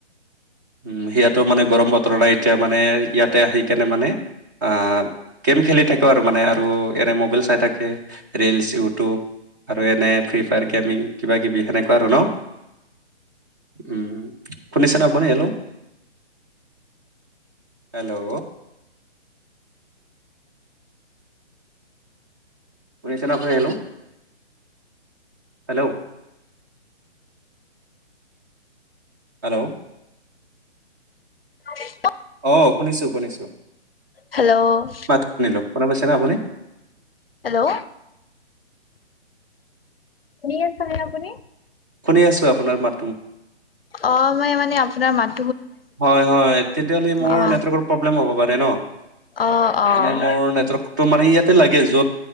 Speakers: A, on the right; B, on the left.
A: উ সেইয়াতো মানে গৰম বতৰ নাই এতিয়া মানে ইয়াতে আহি কেনে মানে আ গেম খেলি থাকো আৰু মানে আৰু এনে মবাইল চাই থাকে, ৰিলচ ই ইউটিউব আৰু এনে ফ্ৰী ফায়াৰ গেমিং কিব কিবি সেনেকুৱা আৰু ন। উম শুনি চানা আপুনি হেল্লো? হেল্ল'। শুনিছানে আপুনি? হেল্ল। হেল্ল'। হেল্ল'।
B: <unintelligible>
A: অ শুনিছো শুনিছো
B: হেল্ল'
A: মাত শুনিলো। শুনা পাইছেনে আপুনি?
B: হেল্ল' শুনি আছেনে আপুনি?
A: শুনি আছো আপোনাৰ মাত-
B: অ মই মানে আপোনাৰ মাত
A: হয় হয় তেনেহ'লে মোৰ
B: অ',
A: নেটৱৰ্কৰ প্ৰব্লেম হ'ব পাৰে ন-
B: অ', অ',
A: মানে মোৰ নেটৱৰ্কটো মানে ইয়াতে লাগে য'ত